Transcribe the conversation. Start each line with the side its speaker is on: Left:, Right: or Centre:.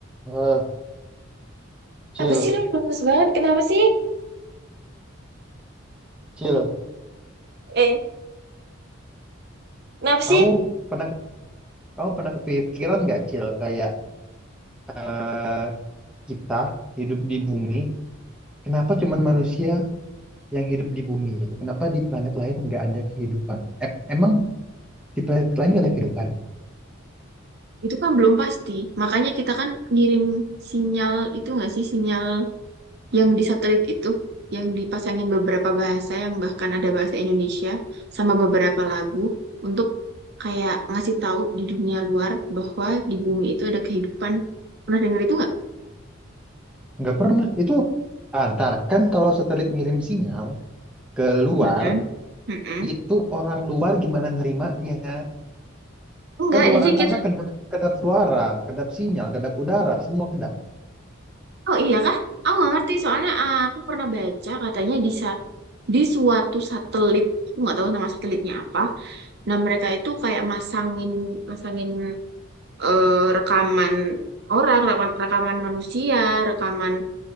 Centre: Eh, Cil,
Right: Apa sih lu lemes banget? Kenapa sih?
Centre: Cil,
Right: Eh, kenapa sih?
Centre: kamu pernah kamu pernah kepikiran nggak Cil kayak eh kita hidup di bumi, kenapa cuman manusia yang hidup di bumi gitu? Kenapa di planet lain nggak ada kehidupan? E- emang di planet lain nggak ada kehidupan?
Right: Itu kan belum pasti. Makanya kita kan ngirim sinyal itu nggak sih? Sinyal yang di satelit itu. Yang dipasangin beberapa bahasa yang bahkan ada bahasa Indonesia. Sama beberapa lagu. Untuk kayak ngasih tahu di dunia luar bahwa di bumi itu ada kehidupan. Pernah denger itu nggak?
Centre: Nggak pernah. Itu antar kan kalau satelit ngirim sinyal ke luar,
Right: Mm-mm. Mm-mm.
Centre: itu orang luar gimana nerimanya?
Right: Enggak,
Centre: Kan luar
Right: jadi
Centre: angkasa
Right: kita...
Centre: kedap kedap suara, kedap sinyal, kedap udara, semua kedap.
Right: Oh iya kah? Aku nggak ngerti. Soalnya ah, aku pernah baca katanya di sa di suatu satelit aku nggak tahu nama satelitnya apa nah mereka itu kayak masangin masangin eh, rekaman orang rekaman, rekaman manusia rekaman